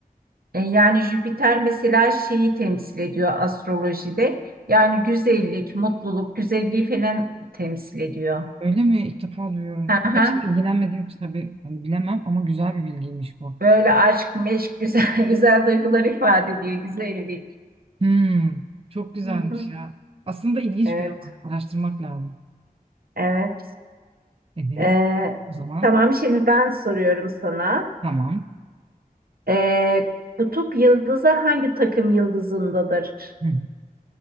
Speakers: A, on the right; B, on the right.
A: E, Yani Jüpiter mesela şeyi temsil ediyor astrolojide. Yani güzellik, mutluluk, güzelliği falan temsil ediyor.
B: Öyle mi? İlk defa duyuyorum.
A: Hı hı.
B: Gerçi ilgilenmediğim için tabii hani bilemem ama güzel bir bilgiymiş bu.
A: Böyle aşk, meşk, güzel, <laughs> güzel duygular ifade ediyor. Güzellik.
B: Hmm, çok güzelmiş
A: Hı hı.
B: ya. Aslında ilginç
A: Evet,
B: bir alan. Araştırmak lazım.
A: evet.
B: Evet.
A: Ee,
B: O zaman
A: tamam, şimdi ben soruyorum sana.
B: tamam.
A: Ee, kutup yıldızı hangi takım yıldızındadır?
B: Hı hı.